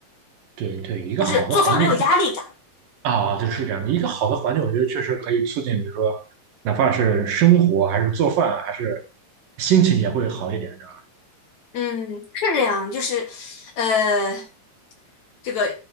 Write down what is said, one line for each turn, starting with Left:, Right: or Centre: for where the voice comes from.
Right: 对对，一个好的环境是
Left: 就是做饭没有压力感。
Right: 啊，对，是这样的。一个好的环境，我觉得确实可以促进，比如说，哪怕是生活，还是做饭，还是心情也会好一点，这
Left: 嗯，是这样，就是，呃。这个